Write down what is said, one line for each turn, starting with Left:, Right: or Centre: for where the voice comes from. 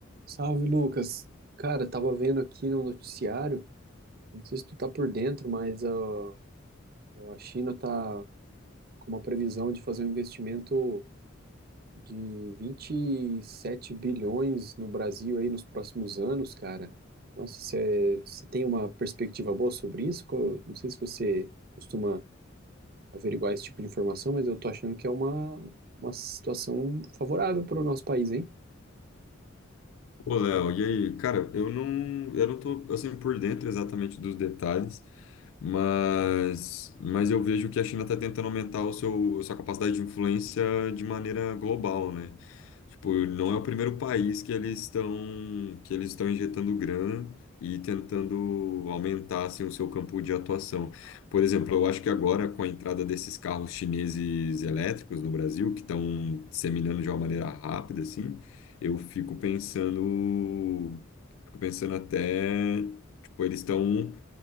Right: Salve, Lucas. Cara, tava vendo aqui no noticiário, eu não sei se tu tá por dentro, mas ó, a China tá com uma previsão de fazer um investimento de 27 bilhões no Brasil aí nos próximos anos, cara. Nossa, você tem uma perspectiva boa sobre isso? Co- Não sei se você costuma averiguar esse tipo de informação, mas eu tô achando que é uma, uma situação favorável para o nosso país, hein?
Left: Ô, Léo, e aí? Cara, eu não, eu não tô, assim, por dentro exatamente dos detalhes, mas, mas eu vejo que a China está tentando aumentar o seu, sua capacidade de influência de maneira global, né? Tipo, não é o primeiro país que eles estão que eles estão injetando grana e tentando aumentar assim, o seu campo de atuação. Por exemplo, eu acho que agora com a entrada desses carros chineses elétricos no Brasil, que estão disseminando de uma maneira rápida assim, eu fico pensando, fico pensando até, tipo, eles estão